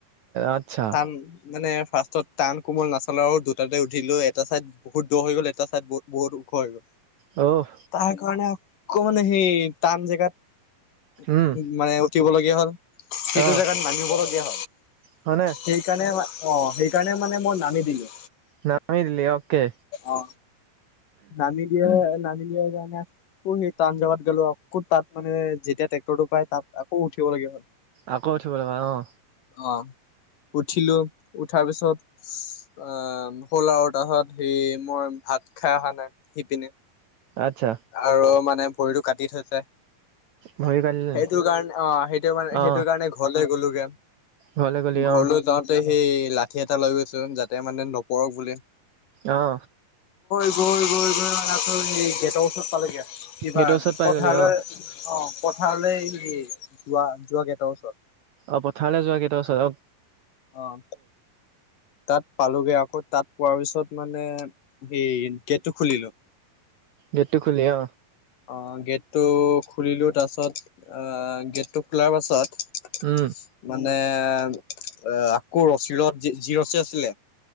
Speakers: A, on the right (about 65°); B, on the left (about 65°).
A: আচ্ছা
B: তান মানে ফাৰ্ষ্টত টান কোমল নাচালা আৰু দুটাতে উঠিলো এটা চাইদ বহুত দ হৈ গ'ল এটা চাইদ বহুত ওখ হৈ গ'ল।
A: অহ
B: তাৰ কাৰণে আকৌ মানে সেই টান জেগাত
A: উম
B: উ মানে উঠিব লগীয়া হ'ল সেইটো
A: অহ
B: জোগাত মানিবলগীয়া হল।
A: হয়নে
B: সেইকাৰণে অ সেইকাৰণে মানে মই নামি দিলো
A: নামি দিলি অকে
B: অ নামি দিয়ে ম কাৰণে আকৌ সেই টান জেগাত গ'লো আকৌ তাত মানে যেতিয়া ট্ৰেক্টৰটো প তাত আকৌ উঠিব লগীয়া হ'ল।
A: আকৌ উঠিব লগা অঁ
B: অ উঠিলো উঠাৰ পিছত অ শ'ল আৰু তাহত সেই মই ভাত খাই অহা নাই সিপিনে
A: আচ্ছা
B: আৰু মানে ভৰিতটো কাটি থৈছে
A: ভৰি
B: সেইটো
A: কালিলি
B: কাৰণে অ সেইটো কাৰে
A: অ
B: সেইটোৰ কাৰণে ঘৰ গলোগে
A: ঘৰলৈ গ'লি
B: ঘৰলৈ
A: অ
B: যাওঁতে সেই লাঠি এটা লৈ গৈছো যাতে মানে নপৰক বুলি
A: অঁ
B: গৈ গৈ গৈ স গেটৰ ওচৰত পালেগে কিবা
A: গেটৰ ওচৰত পাই
B: পথাৰলৈ
A: গ'লি অ
B: অ পথাৰলৈ হেৰি যোৱা যোৱা কেইটা ওচৰত
A: অ পথাৰলৈ যোৱা কেইটাৰ পাছত অ
B: আহ তাত পালোগে আকৌ তাত পোৱাৰ পিছত মানে হ গেটটো খুলিলোঁ
A: গেটো খুুলীয়া
B: অ গেটটো খুলিলোঁ তাৰ পাছত অ গেটটো খোলাৰ পাছত।
A: উম
B: মানে এ আকৌ ৰছীৰত যি ৰছী আছিলে